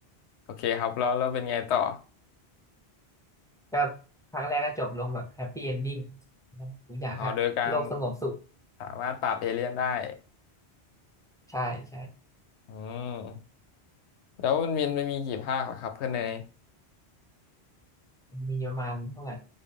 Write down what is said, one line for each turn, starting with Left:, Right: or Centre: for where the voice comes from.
Left: โอเคครับแล้วแล้วเป็นไงต่อ
Centre: ก็ภาัแรกก็จบลงแบบแฮปปี้เอนดิ้งทุกอย่างก็โลกสงบสุข
Left: อ๋อโดยการสามารถปราบเอเลี่ยนได้
Centre: ใช่ใช่
Left: อืมแล้วมันมีมันมีกี่ภาคล่ะครับเพื่อนเนย
Centre: มีประมาณเท่าไหร่